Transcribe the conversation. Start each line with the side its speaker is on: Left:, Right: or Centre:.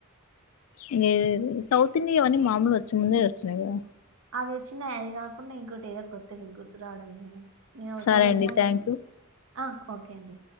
Left: ఇదేది సౌత్ ఇండియా అవన్నీ మామూలు వచ్చేయి ముందే వచ్చిన్నాయి కదా
Right: అవి వచ్చినాయి అవి కాకుండా ఇంకోటి ఏదో కొత్తది ఇంకోటి ఏదో గుర్తు రావడం లేదే నేను ఒకసారి
Left: సరే
Right: వెళ్ళిన
Left: అండి
Right: కాన
Left: థ్యాంక్ యూ
Right: ఆ ఓకే అండి